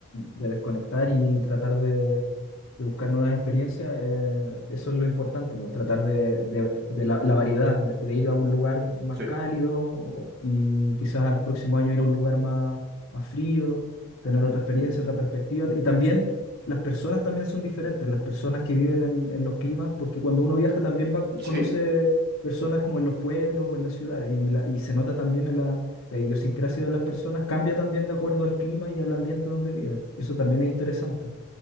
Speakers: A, on the left; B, on the right.
A: de desconectar y tratar de, de buscar nuevas experiencias, eh, eso es lo importante, ¿no? Tratar de, de- de la, la variedad, de, de ir a un lugar más
B: Sí.
A: cálido o- y quizás al próximo año ir a un lugar más, más frío, tener
B: Mm.
A: otra experiencia, otra perspectiva. Y también las personas también son diferentes, las personas que viven en, en los climas, porque cuando uno viaja también va-
B: Sí.
A: conoce personas como en los pueblos o en las ciudades. Y, la- y se nota también en la, la idiosincrasia de las personas, cambia también de acuerdo al clima y al ambiente donde viven. Eso también es interesante.